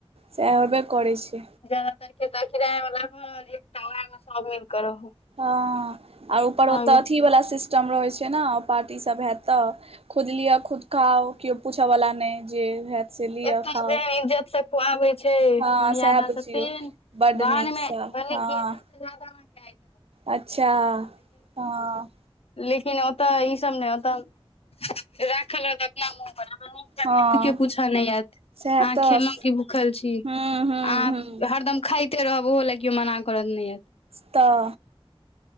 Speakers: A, on the right; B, on the left.
A: सएह होबे करै छै
B: जदातर किराया वला घर एकटा वैह में सब के रहू
A: हँ, आर ऊपर ओतऽ
B: आगू
A: अथि वला सिस्टम रहैत छै न, पार्टीसभ हत तऽ खुद लिअ खुद खाउ केओ पूछए वाला नहि जे हैत से लिअ
B: एतय
A: खाउ
B: जे इज्जत से खुआबै छै,
A: हँ
B: मर्यादा
A: सएह बुझियौ
B: से तेहेन
A: बड्ड
B: बाहर
A: नीकसँ
B: में भैर
A: हँ
B: पेट से जायदा कहां खाय।
A: अच्छा हँ।
B: लेकिन ओतऽ ई सब ने, ओतऽ राखल रहत अपना मोन
A: हँ
B: के पूछा नहि आयत।
A: सएह
B: अहाँ
A: तऽ
B: खेललहुं की भूखल छी,
A: हूँ हूँ
B: आंह
A: हूँ
B: हरदम खाय तहो लय केओ मना करत नहि आयत।
A: स्तऽ